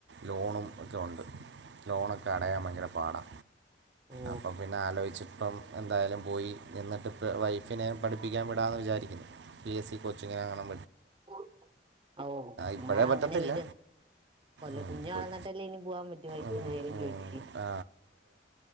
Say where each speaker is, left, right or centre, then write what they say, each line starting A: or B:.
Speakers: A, on the right (about 70°); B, on the right (about 30°).
A: ലോണും ഒക്കെ ഉണ്ട് ലോണൊക്കെ അടയാൻ ഭയങ്കര പാടാ.
B: ഓ
A: അപ്പം പിന്നെ ആലോചിച്ചപ്പം എന്തായാലും പോയി നിന്നിട്ട് വൈഫിനെ പഠിപ്പിക്കാൻ വിടാന്ന് വിചാരിക്കുന്നു. പി എസ് സി കോച്ചിങ്ങങ്ങാണം
B: <inaudible> ഓ
A: ഇപ്പോഴേ
B: എന്നാ
A: പറ്റത്തില്ല
B: അങ്ങനെ വിട്. അല്ല,
A: ഉം,
B: കുഞ്ഞ്
A: കൊ-
B: വളർന്നിട്ടല്ലേ ഇനി പോവാൻ പറ്റൂ വൈഫിനായാലും
A: ഉം, ഉം.
B: ജോലിക്ക്.
A: ആ